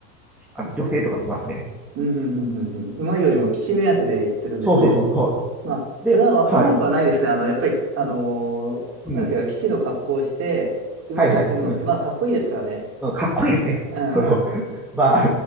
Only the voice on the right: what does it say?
うん、うん、うん、うん。うんうまいよりも士目当てで行ってるんですね。
まあ、それはわからなくはないですね。
あの、やっぱり、あのーなんていうか、
騎士の格好をして、馬乗ってるのって、
まあ、かっこいいですからね。
うん。
う